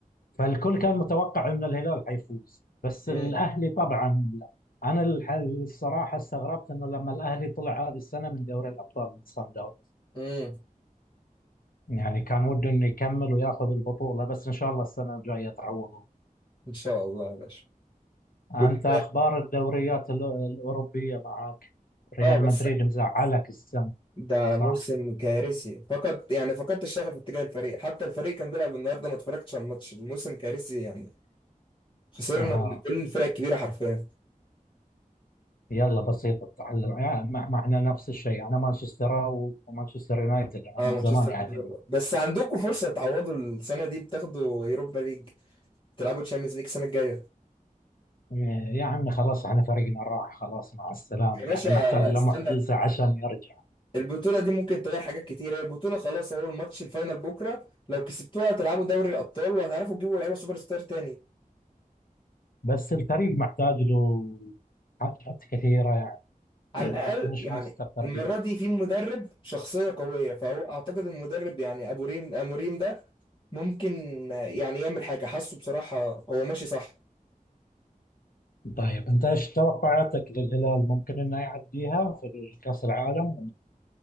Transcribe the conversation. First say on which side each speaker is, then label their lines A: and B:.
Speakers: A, on the left (about 80°); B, on the left (about 35°).
A: فالكل كان متوقع ان الهلال حيفوز بس
B: امم
A: الاهلي طبعا انا الح- الصراحه استغربت انه لما الاهلي طلع هذه السنه من دوري الابطال من صن داونز
B: امم
A: يعني كان وده انه يكمل وياخذ البطوله بس ان شاء الله السنه الجايه تعوض
B: ان شاء الله يا باشا كنت
A: أنت أخبار الدوريات ال- الأوروبية معاك ريال
B: اه بس
A: مدريد مزعلك السنة
B: ده
A: صح؟
B: موسم كارثي فقط يعني فقدت الشغف اتجاه الفريق حتى الفريق كان بيلعب النهارده ما اتفرجتش على الماتش الموسم كارثي يعني خسرنا
A: ها
B: من كل الفرق الكبيره حرفيا
A: يلا بسيطة التعلم يعني مع- معنا نفس الشيء أنا مانشستر و- ومانشستر يونايتد أنا
B: اه
A: من
B: مانشستر
A: زمان يعني
B: يونايتد. بس عندكم فرصه تعوضوا السنه دي بتاخدوا يوروبا ليج تلعبوا تشامبيونز ليج السنه الجايه
A: آه، يا عمي خلاص احنا فريقنا راح خلاص مع السلامة
B: يا باشا
A: يعني محتاج له
B: استنى
A: معجزة عشان يرجع
B: البطوله دي ممكن تغير حاجات كتير هي البطوله خلاص هو الماتش الفاينل بكره لو كسبتوها هتلعبوا دوري الابطال وهتعرفوا تجيبوا لعيبه سوبر ستار تاني
A: بس الفريق محتاج له حاجات كثيرة يعني
B: على الأقل
A: <clears throat> مش
B: يعني
A: مستقرين
B: المرة دي في مدرب شخصية قوية فهو أعتقد المدرب يعني أبو ريم أموريم ده ممكن آه، يعني يعمل حاجة حاسه بصراحة هو ماشي صح
A: طيب انت ايش توقعاتك للهلال ممكن انه يعديها في كأس العالم